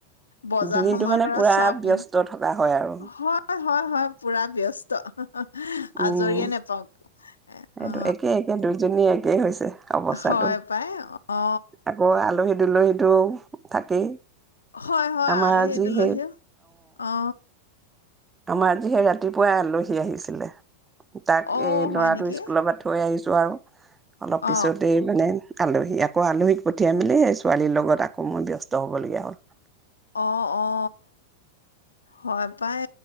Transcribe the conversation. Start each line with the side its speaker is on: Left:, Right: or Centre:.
Left: বজাৰ
Right: দিনটো
Left: সমাৰ
Right: মানে
Left: কৰা
Right: পুৰা
Left: চব
Right: ব্যস্ত থকা হয় আৰু
Left: হয় হয় হয় পুৰা ব্যস্ত আজৰিয়ে
Right: উম
Left: নেপাও এ
Right: সেইটো
Left: অ
Right: একে একে দুইজনী একেই হৈছে অৱস্থাটো
Left: হয় পাই অ
Right: আকৌ আলহী দুলহীটো থাকেই
Left: হয় হয়
Right: আমাৰ
Left: আলহী
Right: আজি
Left: দুলহীও
Right: সেই
Left: অ
Right: আমাৰ আজি সেই ৰাতিপুৱাই আলহী আহিছিলে তাক
Left: অ
Right: এই
Left: হয়
Right: ল'ৰাটো
Left: নেকি
Right: স্কুলৰ পৰা থৈ আহিছো আৰু অলপ
Left: অ
Right: পিছতেই মানে আলহী আকৌ আলহীক পঠিয়াই মেলি সেই ছোৱালীৰ লগত আকৌ মোৰ ব্যস্ত হ'বলগীয়া হ'ল
Left: অ অ হয় পাই